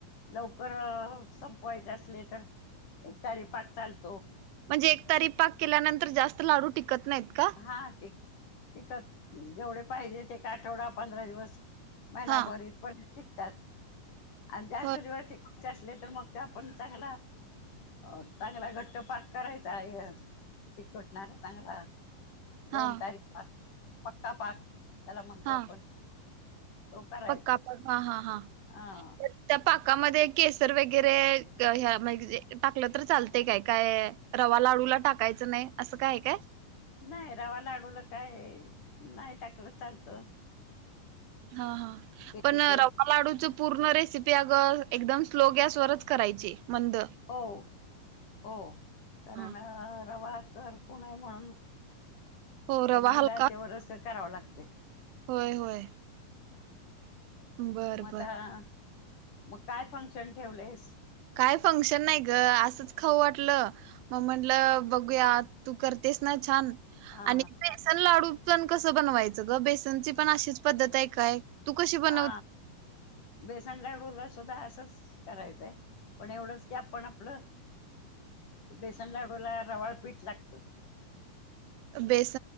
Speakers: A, on the left; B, on the right.
A: लवकर संपवायचे असले, तर एक तारी पाक चालतो.
B: म्हणजे एक तारी पाक केल्यानंतर जास्त लाडू टिकत नाहीत का?
A: हा. ते टीकतात जेवढे पाहिजे ते एक आठवडा पंधरा दिवस मला
B: हा
A: भरीत <unintelligible> त्यात आणि जास्त
B: होय
A: दिवस टिकव असले तर मग ते आपण चांगला, अ चांगला घट्ट पाक करायचा चिकटणारा चांगला. दोन
B: हा
A: तारी पाक पक्का पाक त्याला म्हणतो
B: हा
A: आपण तो करायचा
B: पक्का प हा, हा, हा.
A: हा
B: त्या पा पाकामध्ये केसर वगैरे या हा म्हणजे टाकलं तर चालतंय काय? काय रवा लाडूला टाकायचं नाही असं काय हाय काय?
A: नाही रवा लाडूला काय नाही टाकलं चालत.
B: हा, हा.
A: केशर
B: पण रवा लाडूच पूर्ण रेसिपी अगं एकदम स्लो गॅसवररच करायची. मंद
A: हो हो.
B: हा
A: करण रवा करपू नये म्हणून
B: हो रवा
A: मंद
B: हलका
A: अचेवर असं कराव लागतंय.
B: होय, होय. बर,
A: मग
B: बर.
A: आता मग काय फंक्शन ठेवलेस?
B: काय फंक्शन नाही ग असंच खाऊ वाटलं, मग म्हटलं बघूया तू करतेस ना छान.
A: हा
B: आणि बेसन लाडू पण कसं बनवायचं ग? बेसनची पण अशीच पद्धत आहे काय? तू कशी बनव
A: हा बेसन लाडूला सुद्धा असंच करायचं हाय, पण एवढंच की आपण आपलं बेसन लाडूला रवाळ पीठ लागतं.
B: बेस